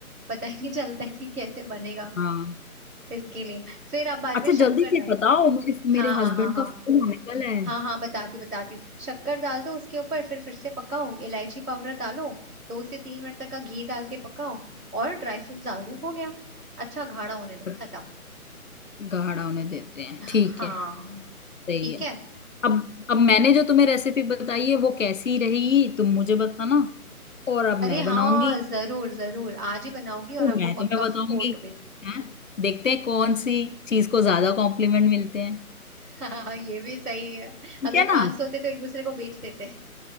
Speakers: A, on the right; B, on the left.
A: पता ही नहीं चलता है कि कैसे बनेगा
B: हाँ
A: इसके लिए फिर आप बाद
B: अच्छा
A: में शक्कर
B: जल्दी से
A: डालें
B: बताओ मेरे मेरे
A: हाँ हाँ
B: हस्बैंड
A: हाँ हाँ
B: का फोन आने वाला है
A: हाँ हाँ बताती हूँ बताती हूँ शक्कर डाल दो उसके ऊपर फिर फिर से पकाओ इलायची पाउडर डालो दो से तीन मिनट तक का घी डाल के पकाओ और ड्राई फ्रूट्स डाल दो हो गया अच्छा गाढ़ा होने दो
B: पर
A: खत्म
B: गाढ़ा होने देते हैं
A: हाँ
B: ठीक है सही
A: ठीक
B: है
A: है
B: अब अब मैंने जो तुम्हें रेसिपी बताई है वो कैसी रहेगी तुम मुझे बताना और अब
A: अरे
B: मैं
A: हाँ
B: बनाऊंगी
A: जरूर जरूर आज ही बनाओगी और
B: तो
A: मैं आपको
B: मैं
A: पक्का
B: तुम्हें बताऊंगी
A: फोटो भेज
B: हैं देखते हैं कौन सी चीज को ज्यादा कॉम्प्लीमेंट मिलते हैं
A: <laughs> हाँ ये भी सही है
B: ठीक
A: अगर
B: है
A: पास
B: ना
A: होते तो एक दूसरे को बेच देते